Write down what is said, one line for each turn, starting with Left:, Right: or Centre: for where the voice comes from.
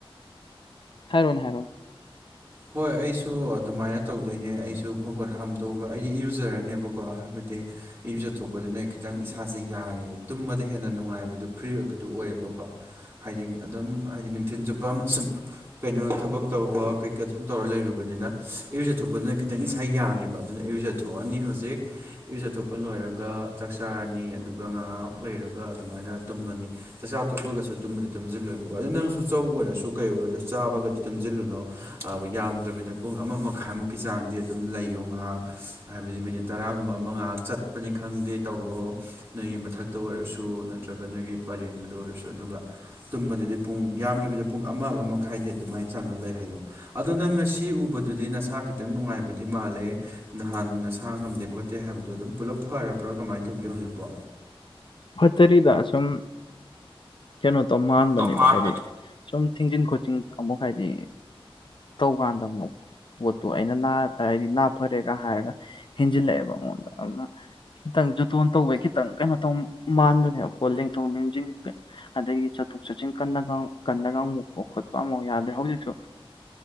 Left: ꯍꯥꯏꯔꯣꯅꯦ ꯍꯥꯏꯔꯣ
Right: ꯍꯣꯏ ꯑꯩꯁꯨ ꯑꯗꯨꯃꯥꯏꯅ ꯇꯧꯗꯣꯏꯅꯦ ꯑꯩꯁꯨ ꯈꯣꯡ ꯈꯨꯠ ꯍꯥꯝꯗꯣꯛꯑꯒ ꯑꯩꯗꯤ ꯏꯔꯨꯖꯔꯅꯦꯕꯀꯣ ꯍꯥꯏꯕꯗꯤ ꯏꯔꯨꯖꯊꯣꯛꯄꯗꯨꯅ ꯈꯤꯇꯪ ꯏꯁꯥꯁꯦ ꯌꯥꯡꯉꯦꯕ ꯇꯨꯝꯕꯗ ꯍꯦꯟꯅ ꯅꯨꯡꯉꯥꯏꯕꯗꯨ ꯐ꯭ꯔꯤ ꯑꯣꯏꯕꯗꯨ ꯑꯣꯏꯌꯦꯕꯀꯣ ꯍꯥꯏꯗꯤ ꯑꯗꯨꯝ ꯍꯥꯏꯗꯤ ꯅꯨꯡꯊꯤꯜ ꯆꯨꯞꯄ ꯁꯨꯝ ꯀꯩꯅꯣ ꯊꯕꯛ ꯇꯧꯕ ꯁꯨꯝ ꯇꯧꯔ ꯂꯩꯔꯨꯕꯅꯤꯅ ꯏꯌꯨꯖꯊꯣꯛꯄꯗꯨꯅ ꯈꯤꯇꯪ ꯏꯁꯥ ꯌꯥꯡꯉꯦꯕ ꯑꯗꯨꯅ ꯏꯌꯨꯖꯊꯣꯛꯑꯅꯤ ꯍꯧꯖꯤꯛ ꯢꯔꯨꯖꯊꯣꯛꯄ ꯂꯣꯏꯔꯒ ꯆꯥꯛ ꯆꯥꯔꯅꯤ ꯑꯗꯨꯒ ꯉꯥꯢꯍꯥꯛ ꯂꯩꯔꯒ ꯑꯗꯨꯃꯥꯏꯅ ꯇꯨꯝꯃꯅꯤ ꯆꯥꯛꯆꯥ ꯇꯣꯞꯄꯒꯁꯨ ꯇꯨꯝꯕꯗꯤ ꯇꯨꯝꯁꯤꯜꯂꯣꯏꯕꯀꯣ ꯑꯗꯨꯗ ꯅꯪꯁꯨ ꯆꯧ ꯑꯣꯏꯔꯁꯨ ꯀꯩ ꯑꯣꯏꯔꯁꯨ ꯆꯥꯕꯒꯗꯤ ꯇꯨꯝꯁꯤꯜꯂꯨꯅꯣ ꯌꯥꯝꯗ꯭ꯔꯕꯤꯗ ꯄꯨꯡ ꯑꯃ ꯃꯈꯥꯏꯃꯨꯛꯀꯤ ꯆꯥꯡꯗꯤ ꯑꯗꯨꯝ ꯂꯩꯌꯣ ꯉꯥꯏꯍꯥꯛ ꯍꯥꯏꯕꯗꯤ ꯃꯤꯅꯤꯠ ꯇꯔꯥꯒꯨꯝꯕ ꯑꯃ ꯉꯥꯏꯍꯥꯛ ꯆꯠꯄꯅꯤ ꯈꯪꯗꯦ ꯇꯧꯔꯣ ꯅꯣꯢꯒꯤ ꯃꯊꯥꯛꯇꯨꯗ ꯑꯣꯏꯔꯁꯨ ꯅꯠꯇ꯭ꯔꯒ ꯅꯣꯏꯒꯤ ꯄꯔꯦꯡꯗꯨꯗ ꯑꯣꯏꯔꯁꯨ ꯑꯗꯨꯒ ꯇꯨꯝꯕꯗꯗꯤ ꯄꯨꯡ ꯌꯥꯝꯗꯕꯤꯗ ꯄꯨꯡ ꯑꯃ ꯑꯃ ꯃꯈꯥꯏꯗꯤ ꯑꯗꯨꯃꯥꯏꯅ ꯆꯥꯎꯅ ꯂꯩꯍꯜꯂꯣ ꯑꯗꯨꯅꯪ ꯉꯁꯤ ꯎꯕꯗꯨꯗꯤ ꯅꯁꯥ ꯈꯤꯇꯪ ꯅꯨꯡꯉꯥꯏꯕꯗꯤ ꯃꯥꯜꯂꯦ ꯅꯍꯥꯟ ꯅꯁꯥ ꯉꯝꯗꯦ ꯈꯣꯠꯇꯦ ꯍꯥꯏꯕꯗꯣ ꯑꯗꯨꯝ ꯄꯨꯂꯞ ꯐꯔꯕ꯭ꯔꯥ ꯀꯃꯥꯏꯅ ꯇꯧꯒꯦ ꯍꯧꯖꯤꯛꯄꯣ
Left: ꯐꯠꯇꯔꯤꯗ ꯁꯨꯝ ꯀꯩꯅꯣ ꯇꯧ ꯃꯥꯟꯕꯅꯤꯗ
Right: ꯇꯝꯍꯥꯟꯕꯅꯦ
Left: ꯍꯥꯏꯗꯤ ꯁꯨꯝ ꯊꯤꯡꯖꯤꯟ ꯈꯣꯠꯆꯤꯟ ꯑꯃꯨꯛ ꯍꯥꯏꯗꯤ ꯇꯧꯀꯥꯟꯗ ꯑꯃꯨꯛ ꯄꯣꯠꯇꯨ ꯑꯩꯅ ꯅꯥ ꯍꯥꯏꯗꯤ ꯅꯥ ꯐꯔꯦꯒ ꯍꯥꯏꯔꯒ ꯍꯦꯟꯖꯤꯜꯂꯛꯑꯦꯕ ꯑꯩꯉꯣꯟꯗ ꯑꯗꯨꯅ ꯈꯤꯇꯪ ꯖꯨꯇꯣꯟ ꯇꯧꯕꯩ ꯈꯤꯇꯪ ꯀꯩꯅꯣ ꯇꯧ ꯃꯥꯟꯕꯅꯦꯕꯀꯣ ꯂꯦꯡꯊꯣꯛ ꯂꯦꯡꯖꯤꯟ ꯑꯗꯒꯤ ꯆꯠꯊꯣꯛ ꯆꯠꯁꯤꯟ ꯀꯟꯅꯒ ꯀꯟꯅꯒ ꯃꯨꯛꯄ ꯈꯣꯠꯄ ꯑꯃꯐꯥꯎ ꯌꯥꯗ꯭ꯔꯦ ꯍꯧꯖꯤꯛꯁꯨ